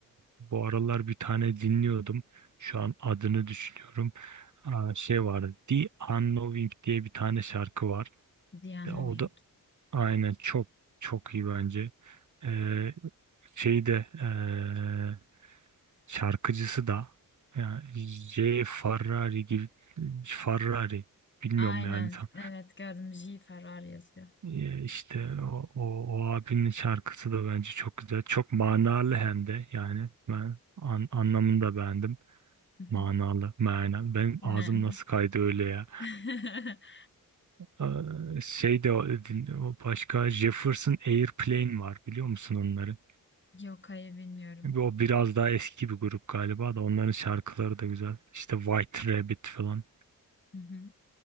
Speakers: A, on the right; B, on the left.
A: bu aralar bir tane dinliyordum. Şu an adını düşünüyorum. Aa, şey vardı. The Unknowing diye bir tane şarkı var.
B: Diane
A: De- O
B: Wing.
A: da aynen çok çok iyi bence. Eee şey de eee, şarkıcısı da yani J. Ferrari gibi Ferrari bilmiyorum
B: Aynen.
A: yani tam.
B: Evet gördüm. J. Ferrari yazıyor.
A: Ya işte o, o, o abinin şarkısı da bence çok güzel. Çok manalı hem de yani ben an- anlamını da beğendim.
B: Hı
A: Manalı,
B: hı.
A: manalı. Benim
B: Mem.
A: ağzım nasıl kaydı öyle ya.
B: <laughs>
A: Ee, şey de o, din- o başka Jefferson Airplane var biliyor musun onları?
B: Yok hayır bilmiyorum.
A: O biraz daha eski bir grup galiba da onların şarkıları da güzel. İşte White Rabbit falan.
B: Hı hı.